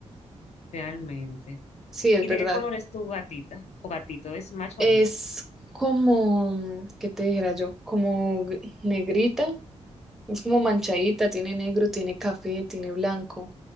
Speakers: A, on the left; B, in the centre.
A: realmente.
B: Sí, es
A: ¿Y
B: verdad.
A: de qué color es tu gatita o gatito? ¿Es macho
B: Es
A: o hembra?
B: como, ¿qué te dijera yo? Como g- negrita, es como manchadita, tiene negro, tiene café, tiene blanco,